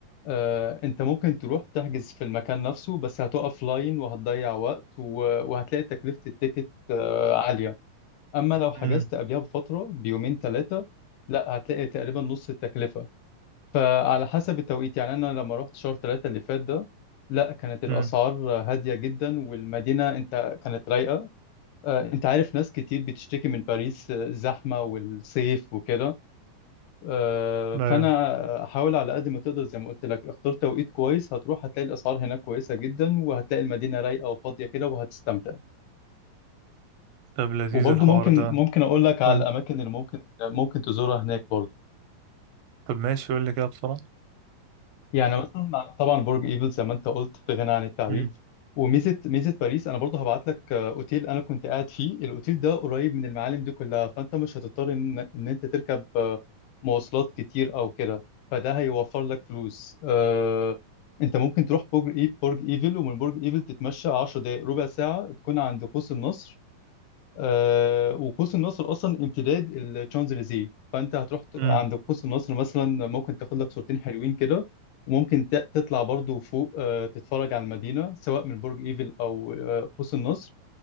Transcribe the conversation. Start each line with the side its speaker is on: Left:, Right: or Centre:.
Left: آه انت ممكن تروح تحجز في المكان نفسه بس هتقف لاين وهتضيع وقت و... وهتلاقي تكلفة التيكت آه عالية أما لو حجزت
Right: امم
Left: قبلها بفترة بيومين ثلاثة لا هتلاقي تقريبا نص التكلفة فعلى حسب التوقيت يعني أنا لما رحت شهر ثلاثة اللي فات ده لا كانت الأسعار
Right: امم
Left: هادية جدا والمدينة انت كانت رايقة آه انت عارف ناس كتير بتشتكي من باريس آه، الزحمة والصيف وكده آه،
Right: أيوه
Left: فانا حاول على قد ما تقدر زي ما قلت لك اختار توقيت كويس هتروح هتلاقي الاسعار هناك كويسه جدا وهتلاقي المدينه رايقه وفاضيه كده وهتستمتع
Right: طب لذيذ
Left: وبرضه
Right: الحوار
Left: ممكن
Right: ده
Left: ممكن اقول لك على
Right: قول
Left: الاماكن اللي ممكن ممكن تزورها هناك برضه
Right: طب ماشي قول لي كده بسرعة
Left: يعني مثلا طبعا برج ايفل زي ما انت قلت في غنى عن التعريف
Right: امم
Left: وميزه ميزه باريس انا برضه هبعت لك آه، اوتيل انا كنت قاعد فيه الاوتيل ده قريب من المعالم دي كلها فانت مش هتضطر ان ان انت تركب آه، مواصلات كتير او كده فده هيوفر لك فلوس آه، انت ممكن تروح برج إي- برج ايفل ومن برج ايفل تتمشى 10 دقائق ربع ساعه تكون عند قوس النصر آه، وقوس النصر اصلا امتداد الشانزليزيه فانت هتروح ت-
Right: امم
Left: عند قوس النصر مثلا ممكن تاخد لك صورتين حلوين كده وممكن ت- تطلع برضو فوق آه، تتفرج على المدينه سواء من برج ايفل او آه، قوس النصر